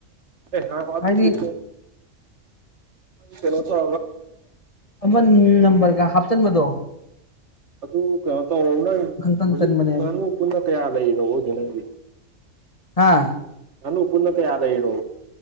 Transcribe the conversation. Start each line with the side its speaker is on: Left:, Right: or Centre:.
Right: ꯑꯦ ꯍ ꯑꯗꯨꯠꯇ
Left: ꯍꯥꯏꯗꯤ
Right: ꯀꯩꯅꯣ ꯇ
Left: ꯎꯝ ꯅꯝꯕꯝꯕꯔꯒ ꯍꯥꯞꯆꯟ ꯃꯗꯣ
Right: ꯑꯗꯨ ꯀꯩꯅꯣ ꯇꯧꯔꯕꯣ ꯅꯪ
Left: ꯇꯟ
Right: ꯍꯧꯖꯤꯛ
Left: ꯇꯟꯕꯅꯦꯕ
Right: ꯉꯥꯅꯨ ꯄꯨꯟꯅ ꯀꯌꯥ ꯂꯩꯔꯤꯅꯣ ꯍꯧꯖꯤꯦ ꯅꯪꯒꯤ
Left: ꯑꯥ
Right: ꯅꯅꯨ ꯄꯨꯟꯅ ꯀꯗ ꯌꯦꯅ